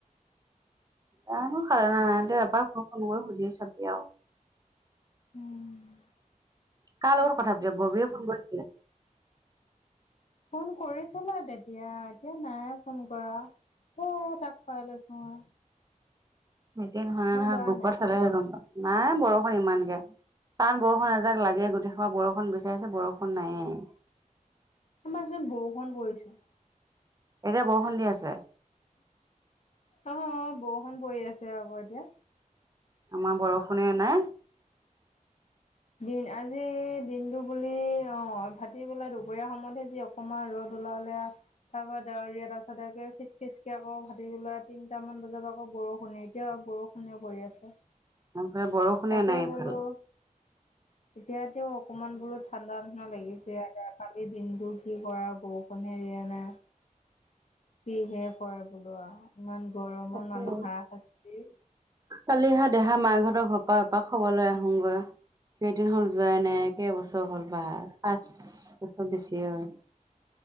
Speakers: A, on the right (about 25°); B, on the left (about 55°).
A: জানো খালেনে নাই তেওঁ এবাৰ ফোন কৰি সুধি চাবি আৰু।
B: উম।
A: কাৰ লগত কথ পাতিছ ববিয়ে ফোন কৰিছিলে।
B: ফোন কৰিছিলে তেতিয়া এতিয়া নাই ফোন কৰা। এ তাক শুৱাই লৈছো ৰহ।
A: মিটিং হয়নে নহয়
B: পৰা
A: গ্ৰুপৰত
B: নাই
A: চালেহে গম পায়। নাই বৰষুণ ইমানকে তান বৰষুণ এজাক লাগে গোটেই বৰষুণ বিছাৰিছে বৰষুণ নাইয়ে।
B: আমাৰ চোন বৰষুণ পৰিছে।
A: এতিয়া বৰষুন দি আছে।
B: অ' বৰষুণ পৰি আছে আকৌ এতিয়া।
A: আমাৰ বৰষুণে নাই।
B: দিন আজি দিনটো বুলি অ' ভাটি বোলা দুপৰীয়া সময়তহে যি অকণমান ৰ'দ ওলালে আ তাৰ পৰা দাউৰিয়া তাৰ পাছত খিচ খিচকে আকৌ ভাতিবেলা তিনিটা মান বজাত আকৌ বৰষুণে এতিয়া বৰষুন। কিনো কৰি আছ
A: এইফালে বৰষুণে
B: তাকে
A: নাই এইফালে
B: বোলো এতিয়া তেও অকনমান বোলো ঠাণ্ডা ঠাণ্ডা লাগিছে আৰু কালিৰ দিনটো কি পৰা বৰষুণ হে দিয়া নাই। কিহে কৰে বোলো আৰু ইমান গৰমত
A: তাকে
B: মানুহ হাৰা শাস্তি
A: কালি হেয়া দেহা মাক হতৰ ঘৰৰ পৰা এপাক খবৰলৈ আহোগৈ। কেইদিন হ'ল যোৱাই নাই কেবছৰ হ'ল বাৰ পাঁচ। পাঁচ বছৰ বেছি হ'ল।